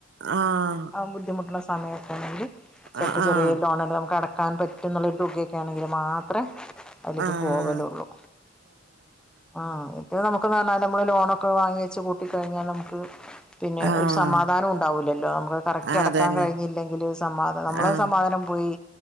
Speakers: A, on the right; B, in the centre.
A: ആഹ്
B: ബുദ്ധിമുട്ടുള്ള സമയമൊക്കെ ആണെങ്കിൽ ചിലപ്പോൾ
A: അ
B: ചെറിയ
A: ആഹ്
B: ലോണ് നമുക്ക് അടക്കാൻ പറ്റും. എന്നുള്ളൊരു തുകയൊക്കെ ആണെങ്കിൽ മാത്രെ അതില്ക്ക്
A: ആഹ്
B: പോവലേള്ളു ആഹ് ഇത് നമുക്ക് നല്ലാൽ നമ്മൾ ലോണൊക്കെ വാങ്ങി വെച്ച് കൂട്ടി കഴിഞ്ഞാൽ നമുക്ക് പിന്നെ
A: ആഹ്
B: ഒരു സമാധാനം ഉണ്ടാവ ൂല്ലല്ലോ ആഹ് കറക്റ്റ് അടക്കാൻ
A: അതന്നെ
B: കഞ്ഞില്ലെങ്കില് സമാധാ മ്മള്
A: ആഹ്
B: സമാധാനം പോയി.